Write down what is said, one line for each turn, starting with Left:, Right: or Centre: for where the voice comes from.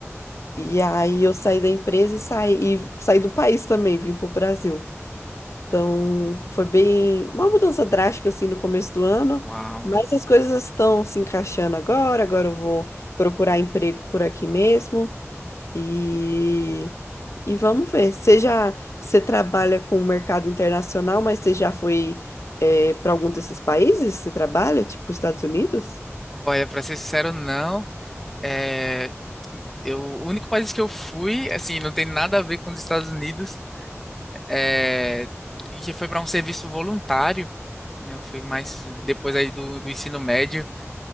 Left: E aí eu saí da empresa e saí, e saí do país também, vim para o Brasil. Então, foi bem uma mudança drástica assim no começo do ano,
Centre: Uau.
Left: mas as coisas estão se encaixando agora. Agora eu vou procurar emprego por aqui mesmo e e vamos ver. Você já você trabalha com o mercado internacional, mas você já foi para algum desses países que você trabalha, tipo Estados Unidos?
Centre: Olha, pra ser sincero, não. É, Eu, o único país que eu fui, assim, não tem nada a ver com os Estados Unidos, é, e que foi para um serviço voluntário, né? Eu fui mais depois aí do, do ensino médio,